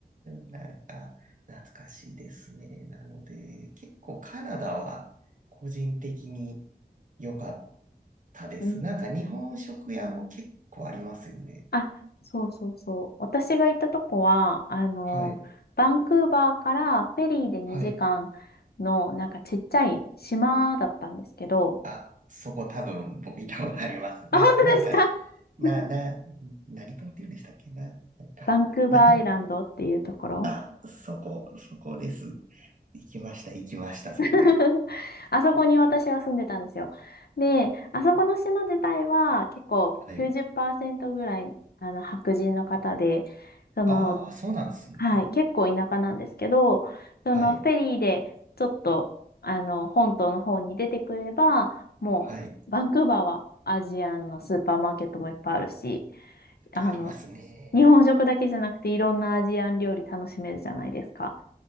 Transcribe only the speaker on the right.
なんか、懐かしいですね。なので、結構カナダは個人的に良かったです。
なんか日本食屋も結構ありますよね。
はい。
はい。
あ、そこ多分僕行ったことあります。
な、
なんか、
な、な、何島って言うんでしたっけな、なんか、
な、あ、そこ、そこです。行きました、行きました、そこ。
はい。
ああ、そうなんですね。
はい、
はい。いっぱいありますね。